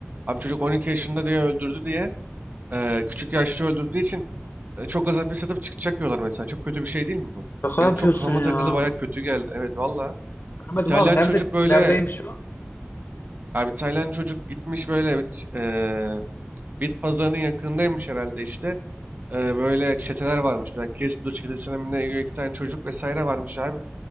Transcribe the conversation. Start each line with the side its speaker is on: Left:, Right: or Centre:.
Right: Abi çocuk 12 yaşında diye öldürdü diye e, küçük yaşta öldürdüğü için e, çok az hapis yatıp çıkacak diyorlar mesela. Çok kötü bir şey değil mi bu?
Left: Şaka
Right: Benim
Left: yapıyorsun
Right: çok kafama
Left: ya.
Right: takılı baya kötü geldi. Evet valla.
Left: Görmedim
Right: İtalyan
Left: abi nerede
Right: çocuk böyle
Left: neredeymiş o?
Right: Abi Tayland çocuk gitmiş böyle bir- eee, bit pazarının yakınındaymış herhalde işte. Eee, böyle çeteler varmış. Bir tane Kiss çetesine mi ne üye iki tane çocuk vesaire varmış abi.